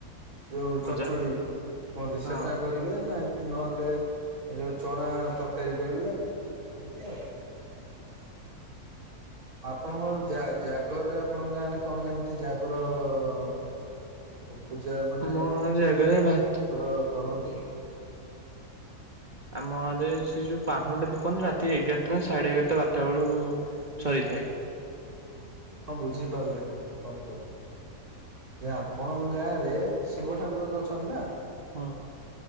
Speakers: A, on the right (about 70°); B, on the right (about 30°).
A: ଯୋଉ
B: ଭଜା
A: ଚଡଚଡି କୁହନ୍ତି
B: ହଁ
A: ସେଟା କରି ବେ ନାଇଁ ନହେଲେ ଏ ଯୋଉ ଚଣା ତରକାରୀ କରିବେ ଏମିତି ଆଉ।
B: ହୁଁ
A: ଆପଣଙ୍କ ଜାଗରରେ ଆପଣଙ୍କ ଗାଁରେ କଣ କେମିତି ଜାଗର ର ପୂଜା ନା
B: ଆମ ଗାଁ ଜାଗରରେ ଭା
A: ଆମର କରନ୍ତି।
B: ଆମ ଏ ସେ ଯୋଉ ପାହୁଣଟା ଦୀପନ ରାତି ଏଗାରଟା ନା ସାଢେ ଏଗାରଟା ବାରଟା ବେଳୁ ସରିଥାଏ।
A: ହଁ ବୁଝିପାରିଲେନି ମୁଁ କଣ କହୁଛିି। ଯେ ଆପଣଙ୍କ ଗାଁ ରେ ଶିବ ଠାକୁର ତ ଅଛନ୍ତି ନା?
B: ହଁ